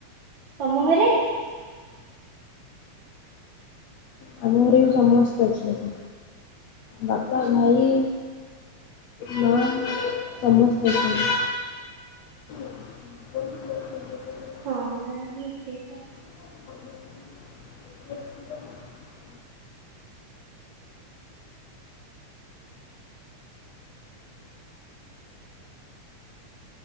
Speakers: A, on the right (about 45°); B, on the left (about 85°).
A: ତମ ଘରେ?
B: ହ <inaudible> ଆମ ଘରେ ବି ସମସ୍ତେ ଅଛନ୍ତି ବାପା, ଭାଇ ମା ସମସ୍ତେ ଅଛନ୍ତି। <inaudible>
A: ହଁ ତ।
B: <inaudible>